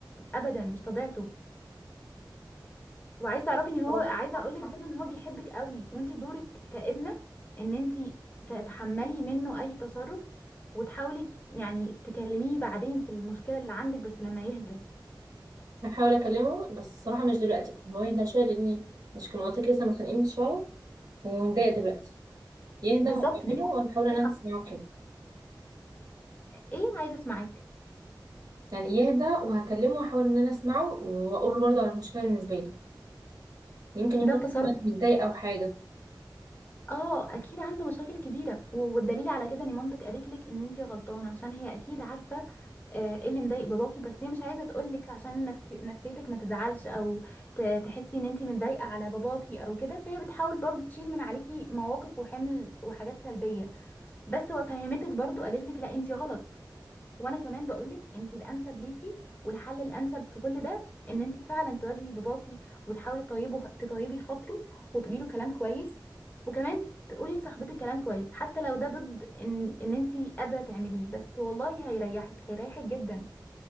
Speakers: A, on the left (about 25°); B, on the right (about 50°).
A: ابدا مش طبيعته وعايزه تعرفي ان هو
B: كده
A: عايزه اقول لك برضه ان هو بيحبك قوي وانت دورك كابنه ان انت تتحملي منه اي تصرف وتحاولي يعني تكلميه بعدين في المشكله اللي عندك بس لما يهدى
B: هحاول اكلمه بس الصراحه مش دلوقتي بقى هو يهدى شويه لاني مش كان منطقي لسه متخانقين شويه ومتضايق دلوقتي يهدى
A: بالظبط
B: وهكلمه
A: دي
B: وهحاول
A: نصيحة.
B: ان انا اسمعه كده
A: ايه عايزه اسمعك
B: يعني يهدى وهكلمه واحاول ان انا اسمعه واقول له برضه على المشكله بالنسبه لي يمكن يكون
A: ده التصرف
B: أصلاً متضايق او حاجه
A: اه اكيد عنده مشاكل كبيره و- والدليل على كده ان مامتك قالت لك ان انتي غلطانه عشان هي اكيد عارفه آه، ايه اللي مضايق باباكي بس هي مش عايزه تقول لك عشان نفسي نفسيتك ما تزعلش او ت- تحسي ان انتي متضايقه على باباكي او كده فهي بتحاول برضو تشيل من عليكي مواقف وحمل وحاجات سلبيه بس هو فهمتك برضو قالت لك لا انتي غلط وانا كمان بقولك انت الانسب ليكي والحل الانسب في كل ده ان انت فعلا تواجهي باباكي وتحاولي تطيبه تطيبي خاطره وتقولي له كلام كويس وكمان تقولي لصاحبتك كلام كويس حتى لو ده ضد ان ان انت قادره تعمليه بس والله هيريحك هيريحك جدا